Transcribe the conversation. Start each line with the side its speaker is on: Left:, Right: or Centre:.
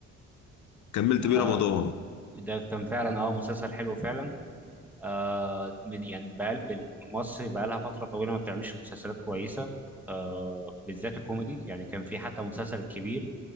Left: كملت
Centre: آه،
Left: بيه رمضان
Centre: ده كان فعلا اه مسلسل حلو فعلا آه من يعني بقال مصر بقى لها فترة طويلة ما بتعملش مسلسلات كويسة آه بالذات الكوميدي يعني كان في حتى مسلسل الكبير